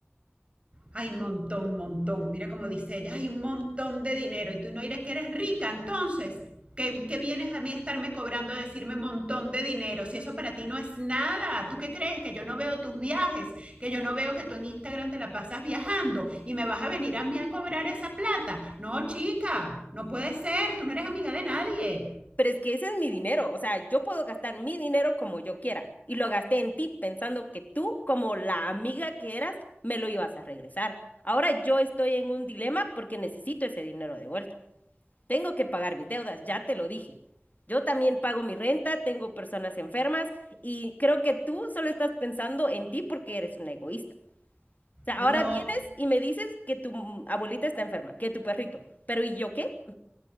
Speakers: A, on the right; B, on the left.
A: Hay montón, montón. Mira cómo dice ella, hay un montón de dinero y tú no dirás que eres rica, entonces, ¿qué, qué vienes a mí a estarme cobrando a decirme montón de dinero? Si eso para ti no es nada, ¿tú qué crees? Que yo no veo tus viajes, que yo no veo que tú en Instagram te la pasas viajando y me vas a venir a mí a cobrar esa plata. No, chica, no puede ser, tú no eres amiga de nadie.
B: Pero es que ese es mi dinero, o sea, yo puedo gastar mi dinero como yo quiera y lo gasté en ti pensando que tú, como la amiga que eras, me lo ibas a regresar. Ahora yo estoy en un dilema porque necesito ese dinero de vuelta. Tengo que pagar mis deudas, ya te lo dije. Yo también pago mi renta, tengo personas enfermas y creo que tú solo estás pensando en ti porque eres una egoísta. O sea,
A: No,
B: ahora vienes y me dices que tu mm, abuelita está enferma, que tu perrito, pero ¿y yo qué?